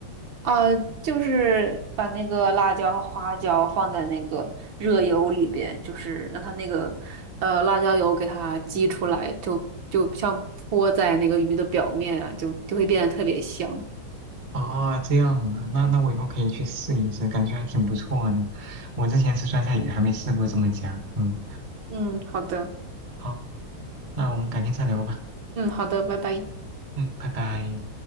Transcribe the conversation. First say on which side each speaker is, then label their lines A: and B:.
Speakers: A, on the right; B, on the right.
A: 啊，就是把那个辣椒和花椒放在那个热油里边，就是让它那个呃辣椒油给它激出来，就就像泼在那个鱼的表面啊，就就会变得特别香。
B: 啊，这样啊，那那我以后可以去试一试，感觉还挺不错的。我之前吃酸菜鱼还没试过这么加。嗯，
A: 嗯，好的，
B: 好，那我们改天再聊吧。
A: 嗯，好的，拜拜。
B: 嗯，拜拜。